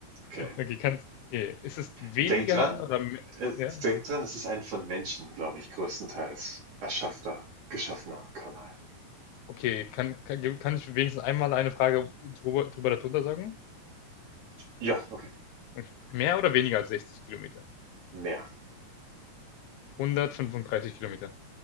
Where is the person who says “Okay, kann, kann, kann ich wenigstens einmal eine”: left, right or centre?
Left